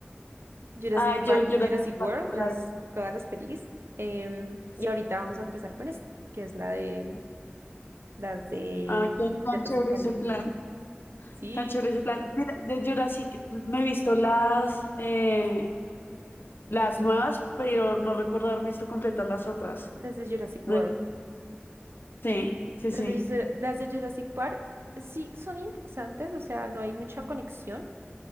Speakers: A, on the right (about 75°); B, on the left (about 60°).
A: Jurassic
B: Ah, yo,
A: Park y
B: Jurassic
A: Jurassic World,
B: Park no
A: las,
B: la he visto.
A: todas las pelis. em,
B: sí.
A: y ahorita vamos a empezar con esta, que es la de las de
B: Ah, qué tan
A: Piratas
B: chévere
A: del Caribe.
B: ese plan.
A: Sí,
B: Tan chévere ese plan. Mira, de Jurassic me he visto las, eh, las nuevas, pero no recuerdo haberme visto completas las otras.
A: las de Jurassic
B: No
A: World.
B: Sí, sí,
A: Las
B: sí.
A: de, Jura- las de Jurassic Park, sí, son interesantes, o sea, no hay mucha conexión.